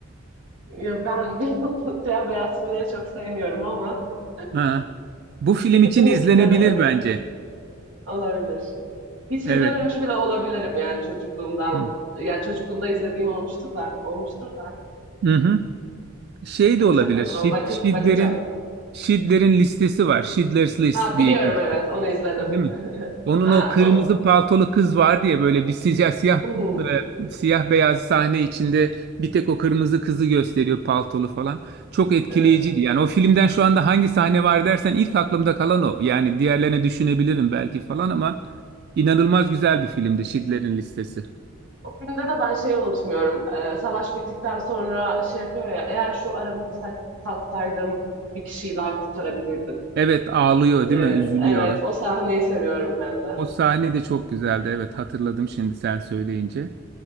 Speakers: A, on the right (about 75°); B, on the right (about 50°).
A: Ya ben <laughs> bilmiyorum, siyah beyaz filmleri çok sevmiyorum ama <laughs>
B: Ha. Bu film için
A: den-
B: izlenebilir
A: denerim.
B: bence.
A: Olabilir. Hiç izlememiş
B: Evet.
A: bile olabilirim yani çocukluğumdan.
B: Hı.
A: Ya çocukluğumda izlediğim olmuştu da, olmuştur da
B: Hı-hı. Şey
A: pek
B: de olabilir.
A: sevmiyorum
B: Şid,
A: ama bakı-
B: Şidler'in
A: bakacağım.
B: Şidler'in listesi var. Schindler's List
A: Ha
B: diye
A: biliyorum
B: geçiyor.
A: evet onu izledim.
B: Değil mi?
A: <laughs>
B: Onun
A: Ha,
B: o kırmızı
A: o,
B: paltolu kız var diye böyle bir siyah siyah
A: hı hı,
B: e, siyah beyaz sahne içinde bir tek o kırmızı kızı gösteriyor paltolu falan. Çok etkileyiciydi.
A: evet.
B: Yani o filmden şu anda hangi sahne var dersen ilk aklımda kalan o. Yani diğerlerini düşünebilirim belki falan ama inanılmaz güzel bir filmdi Schindler'in Listesi.
A: O filmde de ben şeyi unutmuyorum. Ee, savaş bittikten sonra şey yapıyor ya eğer şu arabamı sat, satsaydım bir kişiyi daha kurtarabilirdim.
B: Evet ağlıyor değil
A: Ee,
B: mi? Üzülüyor.
A: evet, o sahneyi seviyorum ben de.
B: O sahne de çok güzeldi. Evet hatırladım şimdi sen söyleyince.